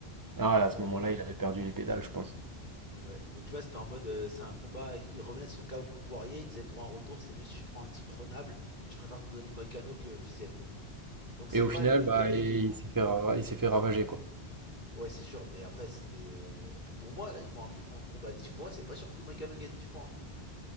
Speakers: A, on the right; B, on the left.
A: Ah,
B: Mais.
A: à ce moment-là, il avait perdu les pédales, je pense.
B: Mais ouais, mais tu vois, c'était en mode, euh, c'est un combat, il revenait de son KO contre Poirier, il disait pour un retour, c'est mieux si je prends un type prenable, et je préfère que vous me donniez Moïcano que Fiziev. Donc c'est
A: Et au
B: pas
A: final,
B: le
A: bah,
B: guerrier
A: il
B: qui nous vend.
A: s'est fait, ra- il s'est fait ravager, quoi.
B: Ouais, c'est sûr, mais après, c'était... euh, Pour moi, ils font, un- ils font le combat 10 fois, c'est pas sûr que Moïcano gagne 10 fois. hein.